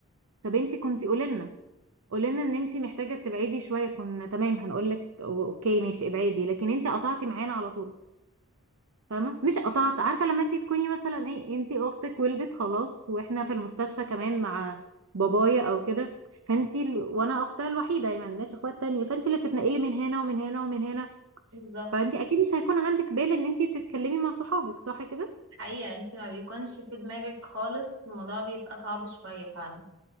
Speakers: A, on the right; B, on the right.
A: طب انتي كنتي قولي لنا قولنا ان انت محتاجه تبعدي شويه كنا تمام هنقول لك اوكي ماشي ابعدي لكن انت قطعتي معانا على طول فاهمه مش قطعت عارفه لما انت تكوني مثلا ايه انت اختك ولدت خلاص واحنا في المستشفى كمان مع بابايا او كده فانت ال... وانا اختها الوحيده يعني ما عندناش اخوات تانية فانت اللي بتتنقلي من هنا ومن هنا ومن هنا
B: بالظبط
A: فانت اكيد مش هيكون عندك بال ان انت تتكلمي مع صحابك صح كده
B: حقيقه انت ما بيكونش في دماغك خالص الموضوع بيبقى صعب شويه فعلا